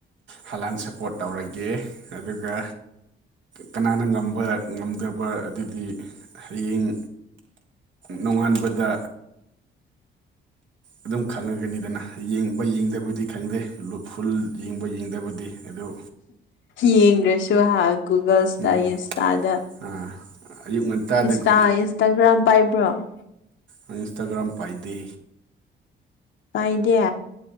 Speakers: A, on the right; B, on the left.
A: ꯍꯥꯂꯥꯟ ꯁꯄꯣꯔꯠ ꯇꯧꯔꯒꯦ ꯑꯗꯨꯒ ꯀꯅꯥꯅ ꯉꯝꯕ ꯉꯝꯗꯕ ꯑꯗꯨꯗꯤ ꯍꯌꯤꯡ ꯅꯣꯡꯉꯥꯟꯕꯗ ꯑꯗꯨꯝ ꯈꯪꯉꯒꯅꯤꯗꯅ ꯌꯦꯡꯕ ꯌꯦꯡꯗꯕꯨꯗꯤ ꯈꯪꯗꯦ ꯂꯨ ꯐꯨꯜ ꯌꯦꯡꯕ ꯌꯦꯡꯗꯕꯗꯤ ꯑꯗꯨ
B: ꯌꯦꯡꯗ꯭ꯔꯁꯨ ꯍꯥ ꯒꯨꯒꯜꯁꯇ
A: ꯎꯝ
B: ꯏꯟꯁꯇꯥꯗ
A: ꯑꯥ ꯑꯌꯨꯛ ꯉꯟꯇꯥꯗꯒꯨ
B: ꯇꯥ ꯏꯟꯁꯇꯒ꯭ꯔꯥꯝ ꯄꯥꯏꯕ꯭ꯔꯣ
A: ꯑꯩ ꯏꯟꯁꯇꯥꯒ꯭ꯔꯥꯝ ꯄꯥꯏꯗꯦ
B: ꯄꯥꯏꯗꯦ